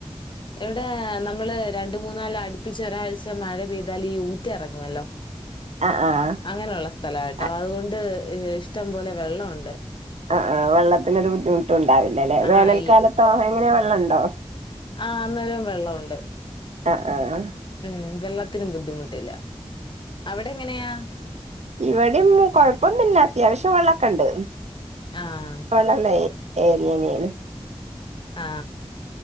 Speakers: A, on the left; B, on the right.
A: ഇവിടെ നമ്മള് രണ്ട്മൂന്നാല് അടുപ്പിച്ചൊരാഴ്ച മഴ പെയ്താലീ ഊറ്റെറങ്ങുവല്ലോ.
B: ആഹ് ആഹ് ആഹ്
A: അങ്ങനെയുള്ള സ്ഥലാ കെട്ടോ
B: അ
A: അതുകൊണ്ട് <unintelligible> ഷ്ടം പോലെ വെള്ളംഒണ്ട്.
B: ആ ആ വെള്ളത്തിനൊരു ബുദ്ധിമുട് ട്ടും ഉണ്ടാവില്ലല്ലേ?
A: ആഹ്
B: വേനൽക്കാലത്തോ എങ്ങനെയ വെള്ളം ഒണ്ട് ണ്ടോ.
A: ആ അന്നേരോം വെള്ളംഒണ്ട്.
B: ആഹ് ആഹ്
A: ഉം വെള്ളത്തിനും ബുദ്ധിമുട് ട്ടില്ല. അവിടെങ്ങനെയാ?
B: ഇവിടേം കൊഴപ്പൊന്നുല്ലത്യാവശ്യം വെള്ളഒക്കെ ഒണ്ട്.
A: ആഹ്
B: വള്ളല്ലേ? എങ്ങനേലും.
A: ആ